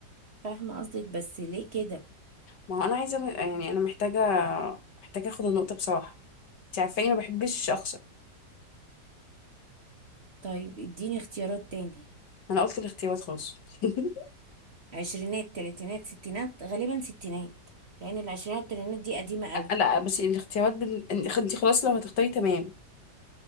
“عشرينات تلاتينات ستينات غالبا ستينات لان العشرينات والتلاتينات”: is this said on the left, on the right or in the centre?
Right